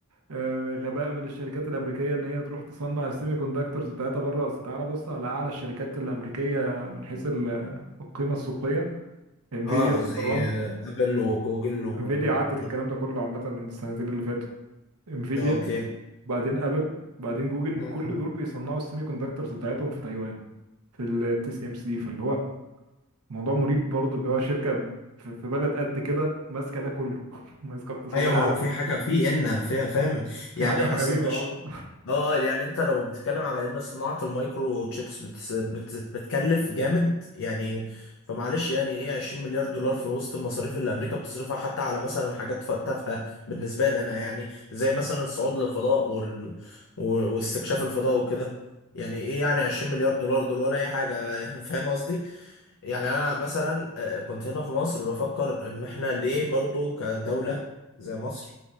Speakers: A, on the right; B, on the left.
A: آه، غباء من الشركات الامريكيه ان هي تروح تصنع السيمي كوندكتورز بتاعتها بره اصل تعالى بص على اعلى الشركات الامريكيه من حيث ال- القيمه السوقيه انفيديا
B: اه
A: نمبر
B: زي
A: 1
B: آه، ابل وجوجل و
A: انفيديا
B: آه،
A: عدت الكلام ده كله عامه من السنتين اللي فاتوا انفيديا
B: اوكي
A: وبعدين ابل وبعدين جوجل
B: <laughs> مم.
A: كل دول بيصنعوا السيمي كوندكتورز بتاعتهم في تايوان في التي سي ام سي فاللي هو موضوع مريب برضه اللي هو شركة في في بلد قد كده ماسكة ده كله <laughs> ماسكة اقتصاد
B: ايوه
A: العالم
B: ما هو في حاجه في ان فيها فاهم يعني
A: في حاجة غريبة
B: اصلا
A: اه
B: اه يعني انت لو بتتكلم على ان صناعة المايكرو تشيبس بت... بت... بتكلف جامد يعني فمعلش يعني ايه 20 مليار دولار في وسط المصاريف اللي امريكا بتصرفها حتى على مثلا حاجات ف- تافهة بالنسبة لي انا يعني زي مثلا الصعود للفضاء وال... و... واستكشاف الفضاء وكده يعني ايه يعني 20 مليار دولار دول ولا اي حاجة <laughs> فاهم قصدي يعني انا مثلا آه، كنت هنا في مصر بفكر ان احنا ليه برضو كدولة زي مصر